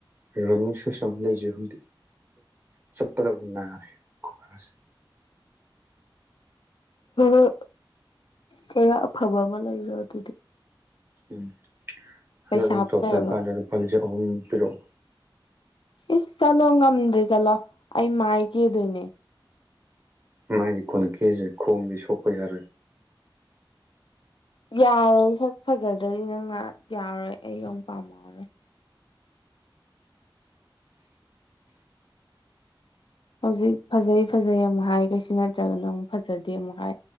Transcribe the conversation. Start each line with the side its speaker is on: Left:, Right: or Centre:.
Right: ꯔꯟꯅꯤꯡ ꯁꯨꯁ ꯑꯃ ꯂꯩꯖꯩ ꯍꯧꯛ ꯆꯠꯄꯗꯕꯨ ꯅꯥꯔꯦ ꯈꯨꯒꯥꯁꯦ
Left: ꯍꯣꯏ ꯀꯌꯥ ꯑꯐꯕ ꯑꯃ ꯂꯩꯔꯣ ꯑꯗꯨꯗꯤ
Right: ꯎꯝ ꯍꯗ
Left: ꯄꯩꯁꯥ
Right: ꯅꯪ ꯇꯣꯞ
Left: ꯂꯩꯔꯕ
Right: ꯆꯪꯀꯥꯟꯗ ꯂꯨꯄꯥ ꯂꯤꯁꯤꯡ ꯑꯍꯨꯝ ꯄꯤꯔꯛꯑꯣ
Left: ꯏꯁ ꯆꯠꯂꯣ ꯉꯝꯗ꯭ꯔꯦ ꯆꯠꯂꯣ ꯑꯩ ꯃꯥꯏ ꯀꯦꯗꯣꯏꯅꯦ
Right: ꯃꯥꯏꯗꯤ ꯀꯅ ꯀꯦꯁꯦ ꯈꯣꯡꯕꯤ ꯁꯐꯩꯔ
Left: ꯌꯥꯔꯣꯏ ꯁꯛ ꯐꯖꯗ꯭ꯔꯗꯤ ꯅꯪꯅ ꯌꯥꯔꯣꯏ ꯑꯩ ꯑꯃ ꯄꯥꯝꯃꯔꯣꯏ ꯍꯧꯖꯤꯛ ꯐꯖꯩ ꯐꯖꯩ ꯑꯃꯨꯛ ꯍꯥꯏ ꯀꯩꯁꯨ ꯅꯠꯇ꯭ꯔꯒꯅꯪ ꯑꯃꯨꯛ ꯐꯖꯗꯦ ꯑꯃꯨꯛ ꯍꯥꯏ